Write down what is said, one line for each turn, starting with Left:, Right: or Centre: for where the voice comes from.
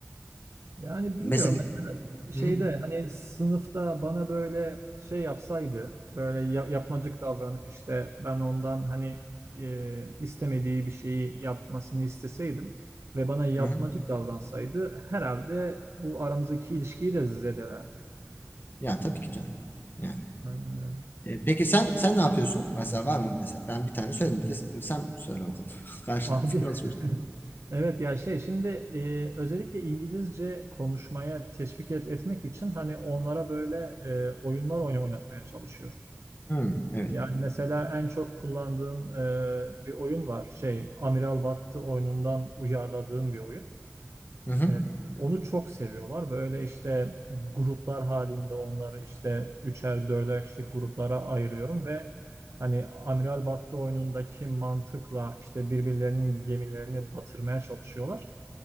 Right: Yani
Left: Mesela
Right: bilmiyorum mesela şeyde
Left: hı-hı.
Right: hani sınıfta bana böyle şey yapsaydı böyle ya- yapmacık davranıp işte ben ondan hani e, istemediği bir şeyi yapmasını isteseydim ve bana yapmacık
Left: Hı-hı.
Right: davransaydı herhalde bu aramızdaki ilişkiyi de zedelerdi.
Left: Ya tabii ki canım. Yani.
Right: Aynen öyle.
Left: E, peki sen sen ne yapıyorsun? Mesela var mı mesela? Ben bir tane söyledim. Bir de sen söyle bakalım. <laughs> Karşılıklı
Right: Abi
Left: fikir alışverişi.
Right: <laughs> evet ya şey şimdi e, özellikle İngilizce konuşmaya teşvik et, etmek için hani onlara böyle e, oyunlar oyn- oynatmaya çalışıyorum.
Left: Hı, evet.
Right: Yani mesela en çok kullandığım e, bir oyun var. Şey, Amiral Battı oyunundan uyarladığım bir oyun.
Left: Hı-hı.
Right: E, onu çok seviyorlar. Böyle işte gruplar halinde onları işte üçer dörder kişilik gruplara ayırıyorum ve hani Amiral Battı oyunundaki mantıkla işte birbirlerinin gemilerini batırmaya çalışıyorlar.